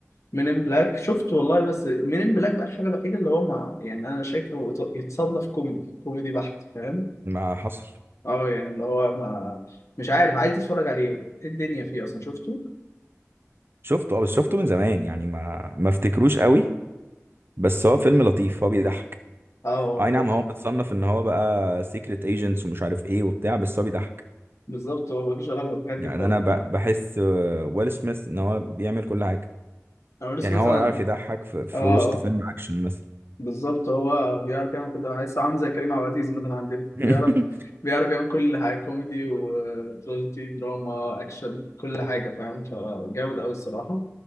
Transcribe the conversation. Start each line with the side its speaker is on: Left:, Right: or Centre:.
Left: من ان بلاك شفته والله بس من ان بلاك بقى الحاجه الوحيده اللي هو مع يعني انا شايفه يت- يتصنف كوميدي كوميدي بحت فاهم
Right: ما حصل
Left: اه يعني اللي هو ما مش عارف عايز اتفرج عليه ايه الدنيا فيه اصلا شفته
Right: شفته اه بس شفته من زمان يعني ما ما افتكروش قوي بس هو فيلم لطيف هو بيضحك
Left: اه هو
Right: اي
Left: فيلم
Right: نعم هو متصنف ان هو بقى سيكريت ايجنتس ومش عارف ايه وبتاع بس هو بيضحك
Left: بالظبط هو ملوش علاقة بالحاجات دي
Right: يعني
Left: خالص
Right: انا ب- بحس آه، ويل سميث ان هو بيعمل كل حاجة
Left: انا بقول
Right: يعني
Left: مثلا
Right: هو عارف يضحك في, في
Left: اه
Right: وسط
Left: اه
Right: فيلم اكشن مثلا
Left: بالظبط هو بيعرف يعمل كل ده عايز عامل زي كريم عبد العزيز مثلا عندنا
Right: <laughs>
Left: بيعرف بيعرف يعمل كل حاجة كوميدي وتراجيدي دراما أكشن كل حاجة فاهم فجامد أوي الصراحة